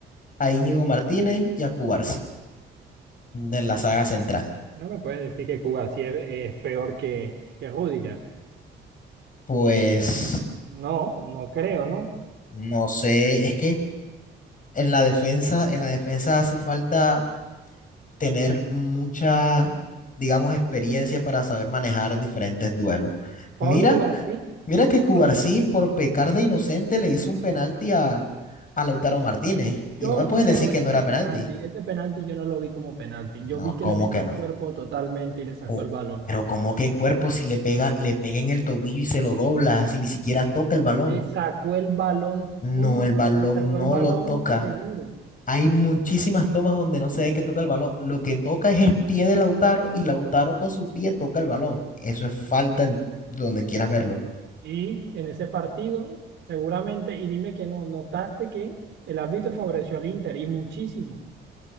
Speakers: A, on the left (about 45°); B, on the right (about 65°).
A: a Íñigo Martínez y a Cubarsi de la saga central.
B: No me puedes decir que Cubarsí es, es peor que, que Rüdiger.
A: Pues
B: No, no creo, ¿no?
A: no sé, es que en la defensa, en la defensa hace falta tener mucha, digamos, experiencia para saber manejar diferentes duelos.
B: Paul
A: Mira
B: Cubarsí,
A: Mira que
B: no
A: Cubarsí, por pecar de inocente, le hizo un penalti a, a Lautaro Martínez.
B: Yo
A: Y no me
B: no
A: puedes
B: creo
A: decir que
B: en
A: no
B: ese
A: era
B: penalti.
A: penalti.
B: Ese penalti yo no lo vi como penalti. Yo
A: No,
B: vi que
A: ¿cómo
B: le metió
A: que
B: el
A: no?
B: cuerpo totalmente y le sacó
A: Cu-
B: el balón.
A: Pero ¿cómo que cuerpo si le pega, le pega en el tobillo y se lo dobla, si ni siquiera toca el balón?
B: Le sacó el balón,
A: No,
B: pun-
A: el balón
B: y sacó
A: no
B: el balón
A: lo toca.
B: seguro.
A: Hay muchísimas tomas donde no se ve que toca el balón. Lo que toca es el pie de Lautaro y Lautaro con su pie toca el balón. Eso es falta en donde quieras verlo.
B: Y en ese partido, seguramente, y dime que no, notaste que el árbitro favoreció al Inter y muchísimo.